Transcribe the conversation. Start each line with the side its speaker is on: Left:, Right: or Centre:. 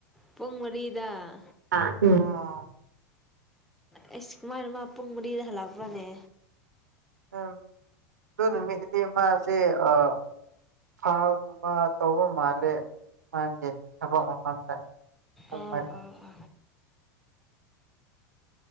Centre: ꯄꯨꯡ ꯃꯔꯤꯗ
Right: ꯑꯣ <unintelligible>
Centre: ꯑꯩꯁ ꯀꯃꯥꯏꯅ ꯃꯥ ꯄꯨꯡ ꯃꯔꯤꯗ ꯍꯜꯂꯛꯄ꯭ꯔꯥꯅꯦ
Right: ꯑꯗꯨ ꯅꯨꯃꯤꯠ ꯇꯥꯗꯤꯑꯃꯥꯁꯦ ꯑ ꯊꯥꯒꯨꯝꯕ ꯇꯧꯕ ꯃꯥꯂꯦ ꯃꯥꯒꯤ ꯊꯕꯛ ꯃꯐꯝꯗ <inaudible> ꯎꯝ
Centre: ꯑꯥ ꯑꯥ ꯑꯥ